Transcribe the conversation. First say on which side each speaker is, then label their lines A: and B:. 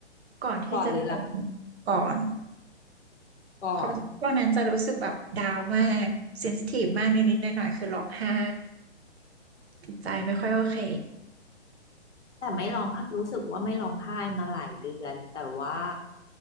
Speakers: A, on the right (about 65°); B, on the left (about 80°).
A: ก่อนที่จะเป็น
B: ก่อนหรือหลัง
A: ก่อน
B: ก่อน
A: เพราะช่วงนั้นจะรู้สึกแบบดาวน์มากเซนซิทีฟมากนิดๆหน่อยๆคือร้องไห้จิตใจไม่ค่อยโอเค
B: แต่ไม่ร้องไห้รู้สึกว่าไม่ร้องไห้มาหลายเดือนแต่ว่า